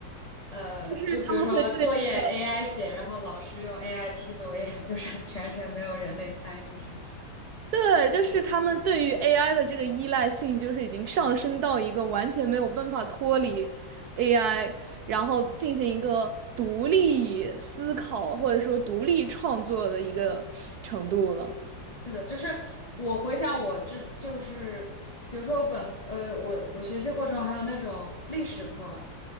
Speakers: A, on the left; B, on the right.
A: 呃，
B: 就是他们会对这个，
A: 就比如说作业 AI 写，然后老师用 AI 批作业，<laughs> 就是全程没有人类参与，是吗？
B: 对，就是他们对于 AI 的这个依赖性，就是已经上升到一个完全没有办法脱离 AI，然后进行一个独立思考或者说独立创作的一个程度了。
A: 是的，就是我回想我这就是比如说我本呃我我学习过程还有那种历史课，